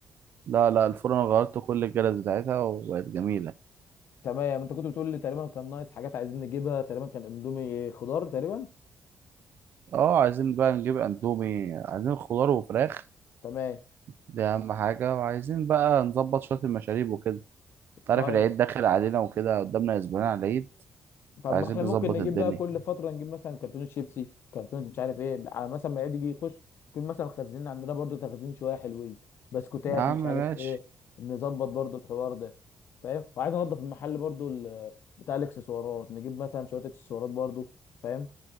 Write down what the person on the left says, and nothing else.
تمام انت كنت بتقول لي تقريبا كان ناقص حاجات عايزين نجيبها تقريبا كان اندومي خضار تقريبا
تمام
طيب
طب
ما احنا
ممكن نجيب
بقى كل فتره نجيب مثلا كرتون شيبسي كرتون مش عارف ايه على مثلا ما يعيد يجي يخش يكون مثلا مخزنين عندنا برضو تخزين شويه حلوين بسكوتات
مش
عارف ايه نظبط برضو الحوار ده فاهم وعايز انضف المحل برضو ال- بتاع الاكسسوارات نجيب مثلا شويه اكسسوارات برضو فاهم